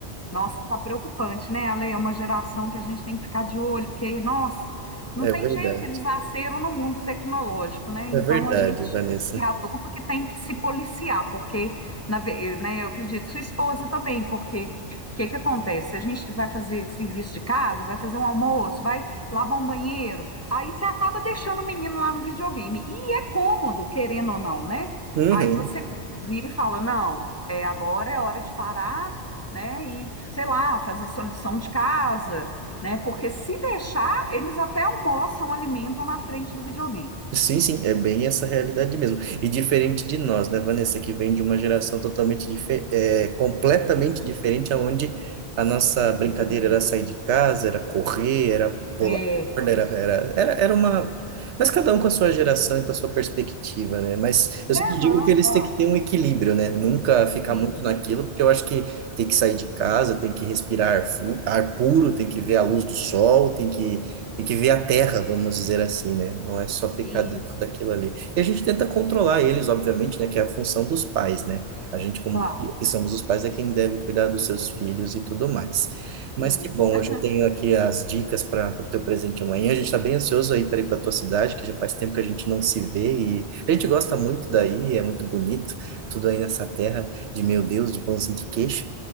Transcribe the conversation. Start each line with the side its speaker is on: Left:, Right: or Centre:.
Left: Nossa, tá preocupante, né, Ale? É uma geração que a gente tem que ficar de olho, porque, nossa, não
Right: É
Left: tem
Right: verdade.
Left: jeito, eles nasceram no mundo tecnológico, né? Então
Right: É verdade,
Left: a gente
Right: Vanessa.
Left: que é adulto que tem que se policiar, porque, na, ve- né, eu acredito, sua esposa também, porque o que que acontece? A gente vai fazer serviço de casa, vai fazer um almoço, vai lavar um banheiro, aí você acaba deixando o menino lá no videogame. E é cômodo, querendo ou não, né?
Right: Uhum.
Left: Aí você vira e fala, não, é, agora é hora de parar né? E, sei lá, fazer sua lição de casa, né? Porque se deixar, eles até almoçam, alimentam na frente do videogame.
Right: Sim, sim, é bem essa realidade mesmo. E diferente de nós, né, Vanessa, que vem de uma geração totalmente dife- é, completamente diferente, aonde a nossa
Left: Sim.
Right: brincadeira era sair de casa, era correr, era pular
Left: É, é,
Right: corda, era, era, era, era uma. Mas cada um com a sua geração e com a sua perspectiva, né? Mas eu sempre
Left: não,
Right: digo que eles
Left: claro,
Right: têm que ter um equilíbrio, né? Nunca ficar
Left: sim,
Right: muito naquilo, porque eu acho que tem que sair de casa, tem que respirar ar, fu- ar puro, tem que ver a luz do sol, tem que tem que ver a terra, vamos dizer assim, né? Não é só ficar
Left: isso,
Right: dentro daquilo ali. E a gente tenta controlar eles, obviamente, né? Que é a função dos pais, né? A gente, como
Left: claro,
Right: que somos os pais, é quem deve cuidar dos seus filhos e tudo mais. Mas
Left: isso.
Right: que bom,
Left: <laughs>
Right: eu já tenho aqui as dicas para o teu presente amanhã. A gente está bem ansioso aí para ir para tua cidade, que já faz tempo que a gente não se vê e a gente gosta muito daí, é muito bonito, tudo aí nessa terra de meu Deus, de pãozinho de queijo.